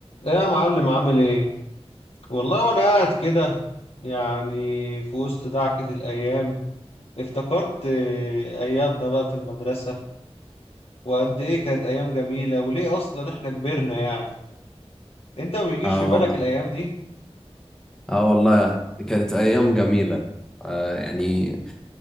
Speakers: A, on the left; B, in the centre.
A: ايه يا معلم عامل ايه والله وانا قاعد كده يعني في وسط دعكة الايام افتكرت آه، ايامنا بقى في المدرسة وقد ايه كانت ايام جميلة وليه اصلا احنا كبرنا يعني انت ما بيجيش
B: اه
A: في بالك
B: والله
A: الايام دي
B: اه والله دي كانت ايام جميله آه يعني